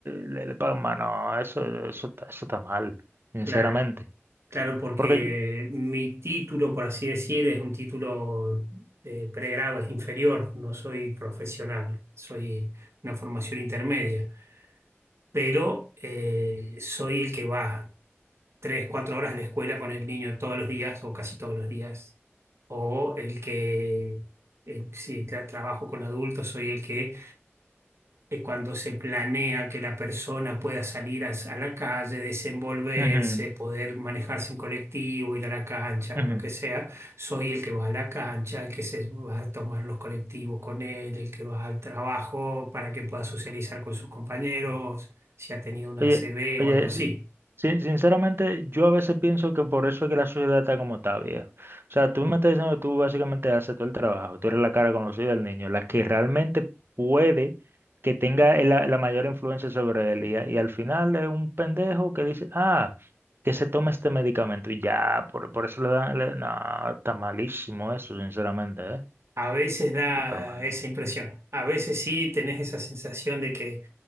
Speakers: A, on the right; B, on the right.
A: le, le pagan más. No, eso, eso, está- eso está mal, sinceramente.
B: Claro, claro, porque
A: Porque, yo-
B: mi título, por así decir, es un título de pregrado, es inferior, no soy profesional, soy una formación intermedia, pero eh, soy el que va. tres, cuatro horas a la escuela con el niño todos los días o casi todos los días. O el que, el- si tra- trabajo con adultos, soy el que eh, cuando se planea que la persona pueda salir a, a la calle, desenvolverse,
A: Ujú,
B: poder manejarse en colectivo, ir a la cancha
A: ujú.
B: o lo que sea, soy el que va a la cancha, el que se va a tomar los colectivos con él, el que va al trabajo para que pueda socializar con sus compañeros, si ha tenido una
A: Oye,
B: ACV
A: oye,
B: o algo así.
A: si- si- sinceramente, yo a veces pienso que por eso es que la sociedad está como está, viejo. O sea, tú me estás diciendo que tú básicamente haces todo el trabajo, tú eres la cara conocida del niño, la que realmente puede que tenga el- la, la mayor influencia sobre él. Y, a- y al final es un pendejo que dice, ah, que se tome este medicamento y ya, por, por eso le dan. le- No, está malísimo eso, sinceramente, ¿eh?
B: A veces da
A: Súper mal.
B: esa impresión. A veces sí tenés esa sensación de que